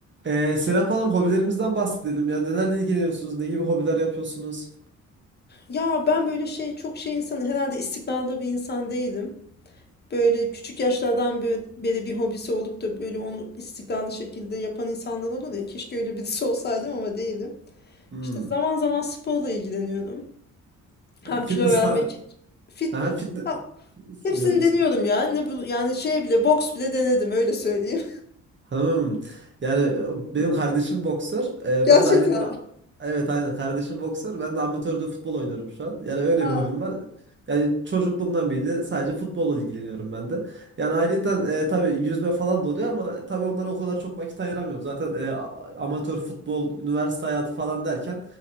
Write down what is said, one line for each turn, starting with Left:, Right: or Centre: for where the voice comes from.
Right: Ee, Serap Hanım hobilerimizden bahsedelim. Ya nelerle ilgileniyorsunuz? Ne gibi hobiler yapıyorsunuz?
Left: Ya ben böyle şey çok şey insanı herhalde istikrarlı bir insan değilim. Böyle küçük yaşlardan bö- beri bir hobisi olup da böyle onu istikrarlı şekilde yapan insanlar olur ya. Keşke öyle birisi olsaydım ama değilim.
Right: Hmm.
Left: İşte zaman zaman sporla ilgileniyorum. Hem
Right: E, Fitness
Left: kilo vermek
Right: ta
Left: için. Fit.
Right: Aha, fitness
Left: Ha, hepsini
Right: mi yapıyorsunuz?
Left: deniyorum ya. Ne bu yani şey bile boks bile denedim öyle söyleyeyim.
Right: Tamam. Yani e, benim kardeşim boksör. E,
Left: <laughs> Gerçekten.
Right: ben de ayrıca evet aynen kardeşim boksör. Ben de amatörde futbol oynuyorum şu an. Yani öyle
Left: Aa.
Right: bir hobim var. Yani çocukluğumdan beri sadece futbolla ilgileniyorum ben de. Yani ayrıca e, tabii yüzme falan da oluyor ama tabii onlara o kadar çok vakit ayıramıyorum. Zaten e, a- amatör futbol, üniversite hayatı falan derken